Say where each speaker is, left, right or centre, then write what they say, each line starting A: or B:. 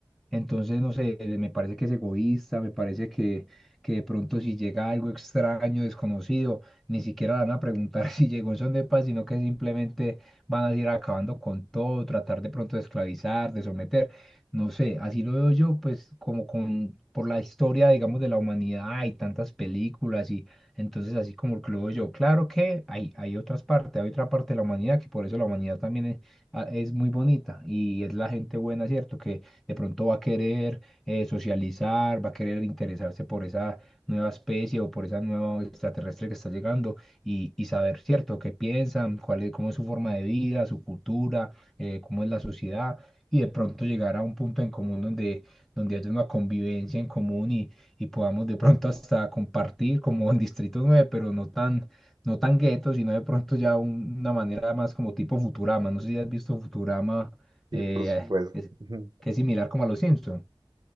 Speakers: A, in the centre; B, on the right.
A: Entonces, no sé, me parece que es egoísta, me parece que, que de pronto si llega algo extraño, desconocido, ni siquiera le van a preguntar <laughs> si llegó en son de paz, sino que simplemente van a ir acabando con todo, tratar de pronto de esclavizar, de someter. No sé, así lo veo yo, pues como con, por la historia, digamos, de la humanidad, hay tantas películas y entonces así como que lo veo yo. Claro que hay, hay otras partes, hay otra parte de la humanidad que por eso la humanidad también es, ah, es muy bonita y es la gente buena, ¿cierto? Que de pronto va a querer eh, socializar, va a querer interesarse por esa nueva especie o por esa nueva extraterrestre que está llegando y, y saber, ¿cierto?, qué piensan, cuál es, cómo es su forma de vida, su cultura, eh, cómo es la sociedad y de pronto llegar a un punto en común donde, donde haya una convivencia en común y, y podamos de pronto hasta compartir como en Distrito 9, pero no tan no tan gueto, sino de pronto ya un- una manera más como tipo Futurama. No sé si has visto Futurama,
B: Sí,
A: eh,
B: por supuesto.
A: es-
B: <laughs>
A: que es similar como a los Simpson,